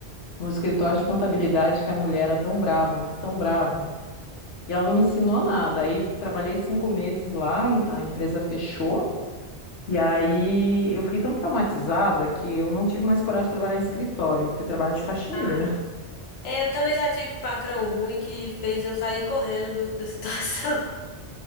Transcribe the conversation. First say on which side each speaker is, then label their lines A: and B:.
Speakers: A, on the left; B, on the left.
A: num escritório de contabilidade que a mulher era tão brava, mas tão brava. E ela não me ensinou nada. Aí trabalhei cinco meses lá, e a empresa fechou. E aí eu fiquei tão traumatizada que eu não tive mais coragem de trabalhar em escritório. Eu Fui trabalhar de faxineira.
B: Ah.
A: <laughs>
B: É, eu também já tive patrão ruim que fez eu sair correndo do- da situação. <laughs>